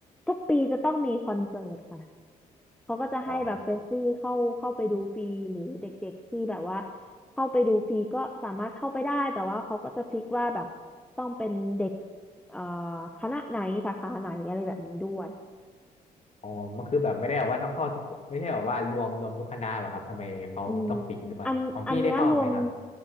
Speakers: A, in the centre; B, on the left.
A: ทุกปีจะต้องมีคอนเสิร์ตค่ะ เขาก็จะให้แบบเฟรชชี่เข้าเข้าไปดูฟรีหรือเด็กๆที่แบบว่า
B: อ๋อ
A: เข้าไปดูฟรีก็สามารถเข้าไปได้แต่ว่าเขาก็จะฟิกว่าแบบต้องเป็นเด็กเอ่อคณะไหนสาขาไหนอะไรแบบนี้ด้วย
B: อ๋อมันคือแบบไม่ได้แบบว่าต้องเข้าทุกไม่ใช่แบบว่ารวมรวมทุกคณะเหรอครับทำไมเขาต้องปิดด้วยของพี่ได้เข้าไหมครับ
A: อืมอันอันเนี้ยรวม